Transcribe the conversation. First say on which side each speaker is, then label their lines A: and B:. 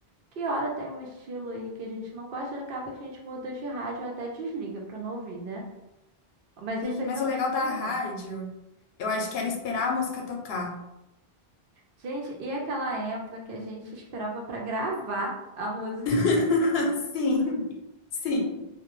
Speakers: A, on the right; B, on the left.
A: Que hora tem um estilo aí que a gente não gosta, acaba que a gente muda de rádio ou até desliga pra não ouvir, né? Mas
B: sim.
A: isso aí
B: Mas
A: também
B: o legal
A: se
B: da
A: perdeu.
B: rádio, eu acho que era esperar a música tocar.
A: Gente, e aquela época que a gente esperava pra gravar a música?
B: <laughs> Sim, sim.